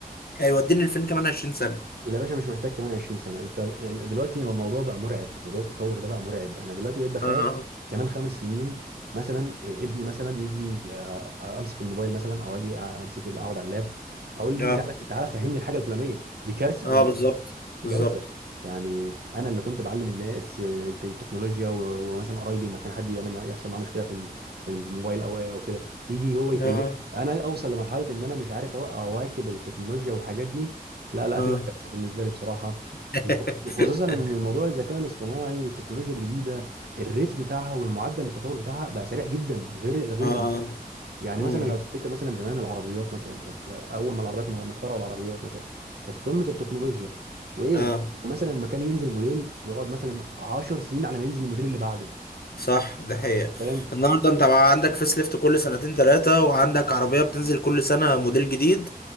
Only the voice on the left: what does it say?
هيوديني لفين كمان 20 سنه
اه
اه
اه
بالظبط
بالظبط
اه
اه
<laughs>
اه
امم
اه
صح ده حقيقة
النهارده انت بقى عندك فيس ليفت كل سنتين ثلاثة وعندك عربية بتنزل كل سنة موديل جديد